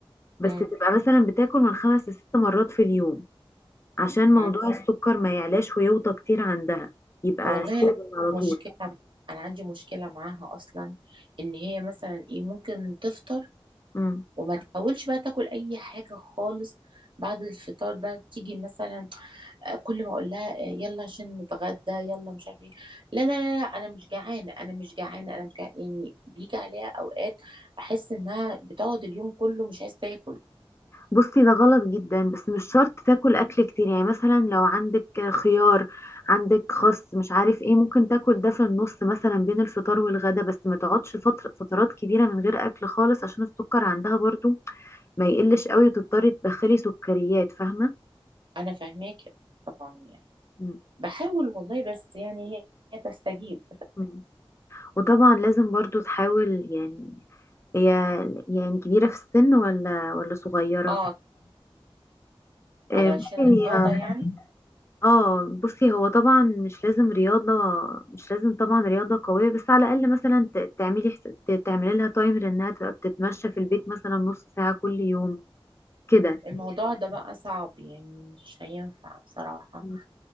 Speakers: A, on the left; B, on the right.
A: بس
B: مم.
A: تبقى مثلا بتاكل من خمس لست مرات في اليوم عشان موضوع
B: مم.
A: السكر ما يعلاش ويوطى كتير عندها يبقى
B: والله
A: ستيبل
B: انا
A: على طول
B: مشكلة انا عندي مشكلة معاها اصلا ان هي مثلا ايه ممكن تفطر
A: مم.
B: وما تحاولش بقى تاكل اي حاجة خالص بعد الفطار ده تيجي مثلا كل ما اقول لها آه، يلا عشان نتغدى يلا مش عارف ايه لا لا لا لا انا مش جعانه انا مش جعانه انا مش جعانه يعني بيجي عليها اوقات احس انها بتقعد اليوم كله مش عايزه تاكل
A: بصي ده غلط جدا بس مش شرط تاكل اكل كتير يعني مثلا لو عندك خيار عندك خس مش عارف ايه ممكن تاكل ده في النص مثلا بين الفطار والغدا بس ما تقعدش فتر- فترات كبيرة من غير اكل خالص عشان السكر عندها برضو ما يقلش قوي وتضطري تدخلي سكريات فاهمة
B: انا فاهماك طبعا يعني
A: مم.
B: بحاول والله بس يعني هي هي تستجيب
A: مم. وطبعا لازم برضو تحاول يعني هي يعني كبيرة في السن ولا ولا صغيرة
B: اه
A: آه،
B: علشان
A: بصي
B: الرياضه
A: هي
B: يعني
A: اه بصي هو طبعا مش لازم رياضة مش لازم طبعا رياضة قوية بس على الأقل مثلا ت- تعملي حس- ت- تعملي لها تايمر انها تبقى بتتمشى في البيت مثلا نص ساعة كل يوم كده
B: الموضوع ده بقى صعب يعني مش هينفع بصراحه
A: مم.